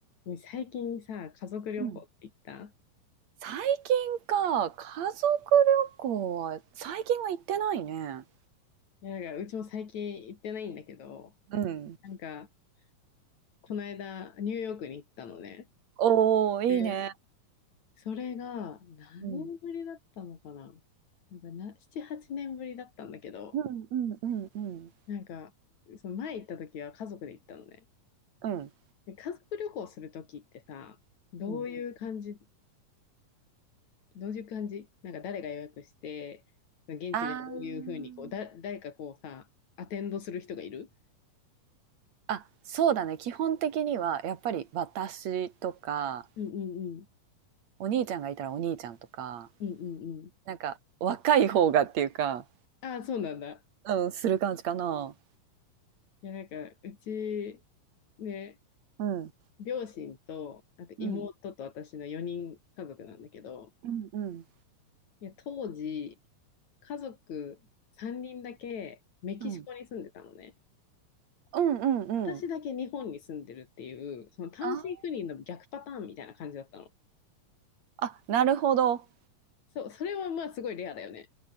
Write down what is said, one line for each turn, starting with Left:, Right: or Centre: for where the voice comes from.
Left: ね最近さ、家族旅行って行った
Right: うん、最近か、家族旅行は、最近は行ってないね。
Left: いや、なんかうちも最近行ってないんだけど、
Right: うん。
Left: なんか、この間、ニューヨークに行ったのね。
Right: おお、いいね。
Left: で、それが何年ぶりだったのかななんかな、
Right: うん。
Left: 7、8年ぶりだったんだけど、
Right: うんうんうんうん。
Left: なんか、その前行った時は家族で行ったのね。
Right: うん。
Left: で、家族旅行する時ってさ、どういう感じ、
Right: うん。
Left: どういう感じなんか誰が予約して、現地でどういうふうにこう、
Right: あー
Left: だ、誰かこうさ、アテンドする人がいる
Right: あ、そうだね。基本的には、やっぱり私とか、
Left: うんうんうん。
Right: お兄ちゃんがいたらお兄ちゃんとか、
Left: うんうんうん。
Right: なんか若い方がっていうか、
Left: ああ、そうなんだ。
Right: うん、する感じかな。
Left: いや、なんか、うち、ね、
Right: うん。
Left: 両親と、あと妹と私の4人家族なんだけど、
Right: うん。うんうん。
Left: いや、当時、家族3人だけメキシコに住んでたのね。
Right: うん。うんうんうん。
Left: 私だけ日本に住んでるっていう、その単身赴任の逆パターンみたいな感じだったの。
Right: あ、あ、なるほど。
Left: そう、それはまあすごいレアだよね。